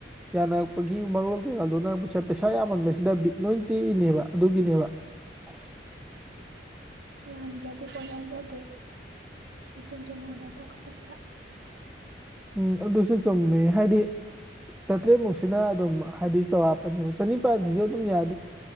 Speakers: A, in the centre; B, on the right (about 80°).
A: ꯌꯥꯅꯔꯛꯄꯒꯤ ꯃꯔꯣꯜ ꯀꯩꯀꯥ ꯂꯣꯟꯅꯔꯛꯄꯁꯦ ꯄꯩꯁꯥ ꯌꯥꯝꯃꯟꯕꯁꯤꯗ ꯕꯤꯠ ꯂꯣꯏ ꯇꯦꯛꯏꯅꯦꯕ ꯑꯗꯨꯒꯤꯅꯦꯕ <unintelligible>
B: ꯌꯥꯝꯗ꯭ꯔꯗꯤ ꯀꯣꯟꯅꯗ꯭ꯔꯗꯤ ꯀꯣꯆꯦꯟ ꯆꯦꯟꯅꯒꯗ꯭ꯔꯥ ꯈꯨꯗꯛꯇ
A: ꯎꯝ ꯑꯗꯨꯁꯨ ꯆꯨꯝꯃꯦ ꯍꯥꯏꯗꯤ ꯆꯇ꯭ꯔꯦꯠꯃꯨꯛꯁꯤꯅ ꯑꯗꯨꯝ ꯍꯥꯏꯗꯤ ꯆꯥꯎꯔꯥꯛꯄꯅꯤꯕ ꯆꯅꯤꯄꯥꯟꯖꯤꯖꯨ ꯑꯗꯨꯝ ꯌꯥ